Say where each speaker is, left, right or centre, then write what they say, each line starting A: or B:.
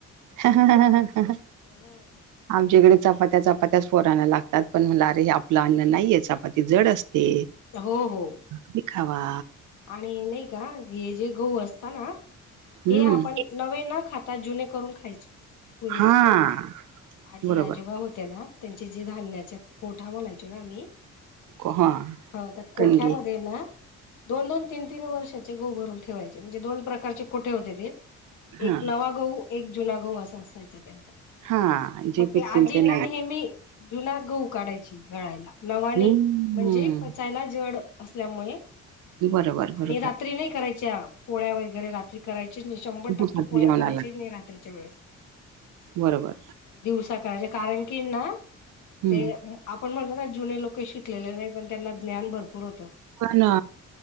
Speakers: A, on the right; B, on the left.
A: हं हं हं
B: हो
A: आमच्याकडे
B: ते
A: चपात्याचपा चपात्याच पोरांना लागतात, पण म्हणलं अरे, आपलं अन्न नाहीये चपाती जड असते
B: हो हो
A: भाकरी खावा
B: आणि नायी का? हे जे गहू असत ना
A: हं.
B: हे आपण नवे न खाता जुने करून खायचे पूर्वीचे
A: हां,
B: आजी
A: बरोबर.
B: आजोबा होते ना? त्यांचे जे धान्याच्या कोठा म्हणायचो ना आम्ही
A: को हां,
B: हा त्या कोठ्यामध्ये
A: कणगी
B: ना? दोन, दोन, तीन, तीन, वर्षाचे गहू भरून ठेवायचे म्हणजे, दोन प्रकारचे कोठ्या होते ते,
A: हां,
B: एक नवा गहू, एक जुना गहू असं असायचं त्यांच्यात
A: हां, जे
B: मग
A: पिकतील
B: ते आजी ना
A: नाही.
B: नेहमी जुना गहू काढायची दळायला नवा नायी,
A: हं,
B: म्हणजे पचायला जड असल्यामुळे
A: बरोबर
B: आणि
A: बरोबर.
B: रात्री नायी करायच्या पोळ्या वगैरे रात्री करायचीच नायी, शंभर
A: दुपारच्या
B: टक्के पोळ्या
A: जेवणाला.
B: करायचीच नायी रात्रीच्या वेळेस
A: बरोबर.
B: दिवसा करायचे कारण की ना
A: हं.
B: ते आपण म्हणलो ना जुने लोकं शिकलेले नाही पण त्यांना ज्ञान भरपूर होतं.
A: हो ना